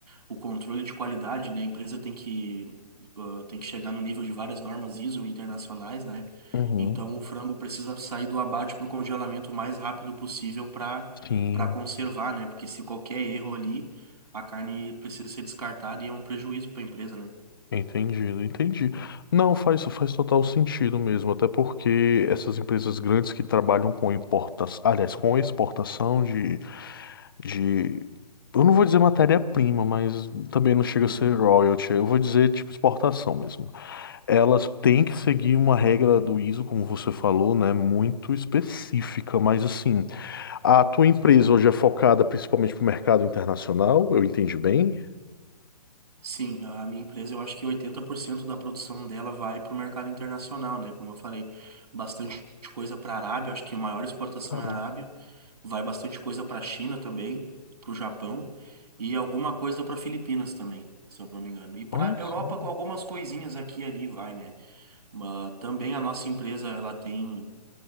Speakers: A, on the right; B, on the left.
A: o controle de qualidade, né? A empresa tem que, ah, tem que chegar no nível de várias normas ISO internacionais, né?
B: Uhum.
A: Então o frango precisa sair do abate para o congelamento o mais rápido possível para
B: Sim,
A: para conservar, né? Porque se qualquer erro ali, a carne precisa ser descartada e é um prejuízo para a empresa, né?
B: entendido, entendi. Não, faz, faz total sentido mesmo, até porque essas empresas grandes que trabalham com importação, aliás, com exportação de, de, eu não vou dizer matéria-prima, mas também não chega
A: Uhum.
B: a ser royalty, eu vou dizer tipo exportação mesmo. Elas têm que seguir uma regra do ISO, como você falou, né, muito específica, mas assim, a tua empresa hoje é focada principalmente para o mercado internacional, eu entendi bem?
A: Sim, a minha empresa, eu acho que 80% da produção dela vai para o mercado internacional, né? Como eu falei, bastante coisa para a Arábia, acho que a maior exportação
B: Caramba,
A: é a Arábia, vai bastante coisa para a China também, para o Japão e alguma coisa para Filipinas também, se eu não me engano. E para
B: olha
A: Europa,
B: só.
A: com algumas coisinhas aqui e ali vai, né? Mas também a nossa empresa, ela tem